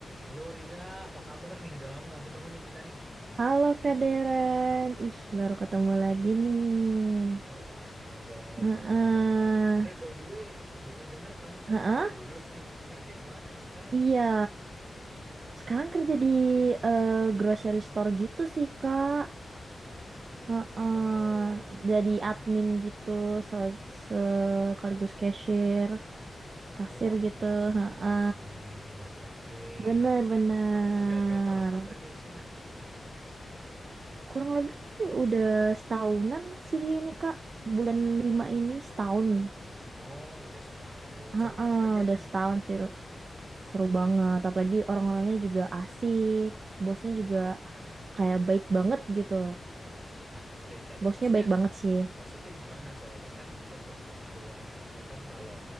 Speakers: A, on the right; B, on the right.
A: Halo Riza, apa kabar nih? Udah lama nggak ketemu nih kita nih.
B: Halo Kak Deren, ih baru ketemu lagi nih.
A: Iya, astaga,
B: Heeh,
A: udah lama banget. Eh, by the way, denger-denger kamu kan
B: heeh,
A: udah lulus nih. Kerja di mana sekarang?
B: iya. Sekarang kerja di eh, grocery store gitu sih Kak.
A: Grocery
B: Heeh,
A: store. Oh,
B: jadi admin gitu, sel- sekaligus cashier, kasir
A: oh admin
B: gitu.
A: sama
B: Heeh,
A: kasir. Oke,
B: bener-bener.
A: nah udah berapa lama kerja di sana, Riza?
B: Kurang lebih udah setahunan sih ini Kak. Bulan lima ini setahun.
A: Oh, udah setahun.
B: Heeh,
A: Seru nggak kerjanya?
B: udah setahun sih. Seru banget, apalagi orang-orangnya juga asik, bosnya juga kayak baik banget gitu.
A: Nah, cerita dong.
B: Bosnya
A: Maksudnya,
B: baik banget sih.
A: maksudnya gimana? Soalnya kan sepengetahuan aku kan kalau